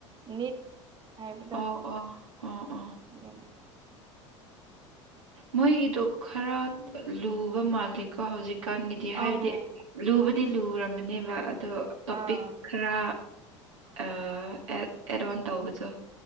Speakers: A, on the right; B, on the right.
A: ꯅꯤꯠ ꯍꯥꯏꯕꯗꯣ
B: ꯑꯣ ꯑꯣ ꯑꯣ ꯑꯣ
A: <inaudible>
B: ꯃꯣꯏꯒꯤꯗꯣ ꯈꯔ ꯂꯨꯕ ꯃꯥꯜꯂꯦꯀꯣ ꯍꯧꯖꯤꯛꯀꯥꯟꯒꯤꯗꯤ ꯍꯥꯏꯕꯗꯤ
A: ꯑꯪ
B: ꯂꯨꯕꯗꯤ ꯂꯨꯔꯝꯃꯥꯅꯦꯕ ꯑꯗꯣ ꯇꯣꯄꯤꯛ
A: ꯑꯥ
B: ꯈꯔ ꯑꯥ ꯑꯦꯗ ꯑꯣꯟ ꯇꯧꯕꯗꯨ